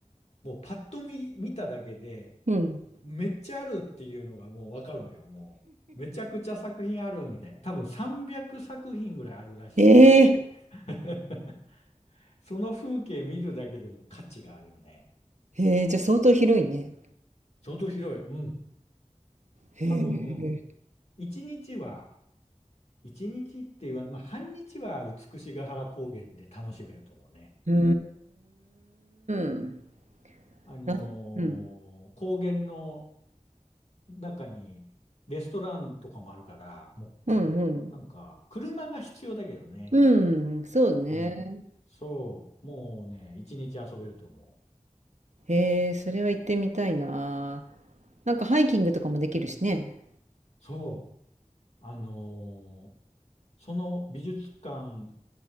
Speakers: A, on the left; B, on the right.
A: もうパッと見、見ただけで、
B: うん。
A: めっちゃあるっていうのがもうわかるのよ、もう。めちゃくちゃ作品あるみたいな。多分300作品ぐらいあるらしくって。
B: ええ
A: <laughs> その風景見るだけでも価値があるよね。
B: へえ、じゃあ相当広いね。
A: 相当広い。うん。
B: へえ。
A: 多分、1日は、一日って言わ、まあ、半日は美しが原高原で楽しめると思うね。
B: うーん。
A: あのー高原の
B: な、うん。
A: 中にレストランとかもあるから、も
B: うんうん。
A: うなんか、車が必要だけどね。
B: うん、そうね。
A: うん。そう、もうね、一日遊べると思う。
B: へえ、それは行ってみたいな。なんかハイキングとかもできるしね。
A: そう、あのーその美術館、